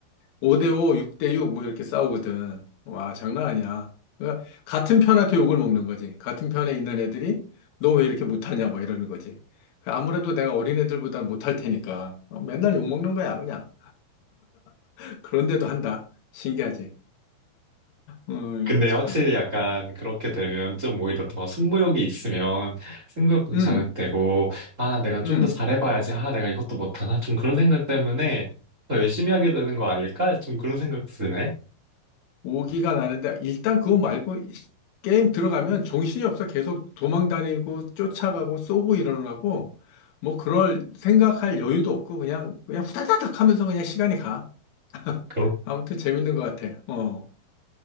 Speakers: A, on the left; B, on the right.
A: 5, 대 5, 6대 6, 뭐 이렇게 싸우거든. 와, 장난 아니야. 그러니까 같은 편한테 욕을 먹는 거지. 같은 편에 있는 애들이 너 왜 이렇게 못하냐, 뭐 이러는 거지. 그 아무래도 내가 어린 애들보다 못할 테니까 어, 맨날 욕 먹는 거야, 그냥. <laughs> 그런데도 한다. 신기하지. 음,
B: 근데
A: 참.
B: 확실히 약간 그렇게 되면 좀 오히려 더 승부욕이 있으면 승부욕도
A: 음,
B: 자극되고, 아, 내가 좀
A: 음.
B: 더 잘해봐야지. 아, 내가 이것도 못하나? 좀 그런 생각 때문에 더 열심히 하게 되는 거 아닐까? 좀 그런 생각 드네.
A: 오기가 나는데 일단 그거 말고 이- 게임 들어가면 정신이 없어. 계속 도망 다니고 쫓아가고 쏘고 일어나고 뭐 그럴 생각할 여유도 없고 그냥 그냥 후다다닥 하면서 그냥 시간이 가. <laughs>
B: 그렇
A: 아무튼 재밌는 것 같아. 어.